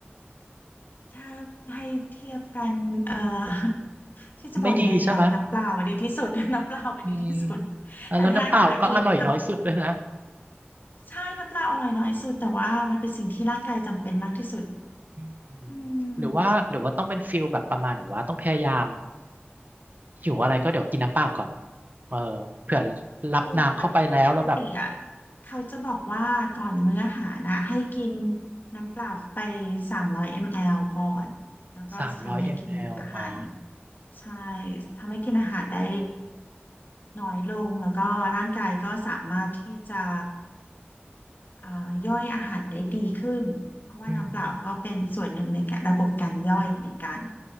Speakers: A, on the left; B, on the right.
A: ถ้าให้เทียบกันเอ่อที่จะบอกยังไงดีล่ะน้ำเปล่าอะดีที่สุด
B: ไม่ดีใช่ไหม
A: <laughs> น้ำเปล่าอะดีที่สุด
B: อืมแล้วน้ำเปล่าก็อร่อยน้อยสุดเลยนะ
A: แต่ถ้าอยากอิ่มก็ ใช่น้ำเปล่าอร่อยน้อยสุดแต่ว่ามันเป็นสิ่งที่ร่างกายจำเป็นมากที่สุด
B: อืมหรือว่าหรือว่าต้องเป็นฟิลแบบประมาณแบบว่าต้องพยายาม
A: อืม
B: หิวอะไรก็เดี๋ยวกินน้ำเปล่าก่อนเออเผื่อรับน้ำเข้าไปแล้วแล้วแบบ
A: ถูกปกปกติอ่ะเขาจะบอกว่าก่อนมื้ออาหารนะให้กินน้ำเปล่าไปสามร้อยมลลิลิตรก่อนแล้วก็ทำให้กินอาหาร
B: สามร้อยมลลิลิตรอ๋อ
A: ใช่ทำให้กินอาหารได้น้อยลงแล้วก็ร่างกายก็สามารถที่จะเอ่าย่อยอาหารได้ดีขึ้นเพราะว่าน้ำเปล่าก็เป็นส่วนหนึ่งในการระบบการย่อยเหมือนกัน
B: อืมอืม